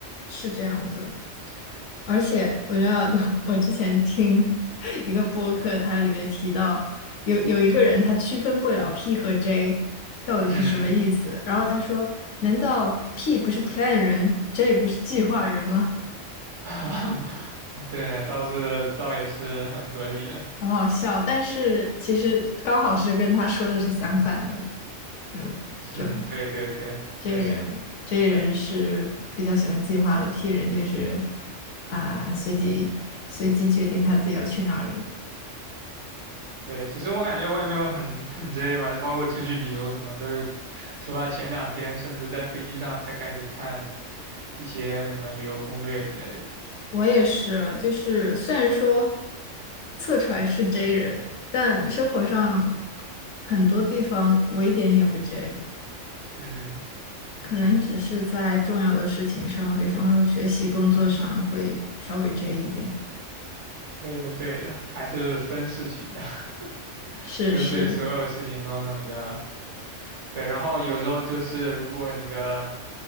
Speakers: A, on the left (about 75°); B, on the right (about 65°).
A: 是这样的，而且我知道 <laughs> 我之前听 <laughs> 一个播客，它里面提到有有一个人他区分不了 P 和 J 到底是什么意思，
B: 嗯。
A: 然后他说，难道 P 不是 plan 人，J 不是计划人吗？
B: <laughs> 对，倒是倒也是很合理的。
A: 很好笑，但是其实刚好是跟他说的是相反的，嗯。
B: <laughs>
A: 就
B: 嗯，对对对，确实，
A: J 人，J 人是比较喜欢计划的，P 人就是啊、随机随机决定他自己要去哪儿了。
B: 对。其实我感觉我也没有很 <laughs> 很 J 吧，包括出去旅游什么，都是出发前两天，甚至在飞机上才开始看一些什么旅游攻略之类的。
A: 我也是，就是虽然说测出来是 J 人，但生活上很多地方我一点也不 J，
B: 嗯，
A: 可能只是在重要的事情上，比方说学习、工作上会稍微 J 一点。
B: 对的对的，还是分事情的，<laughs>
A: 是是，
B: 不是对所有事情都那么的。对，然后有时候就是如果你的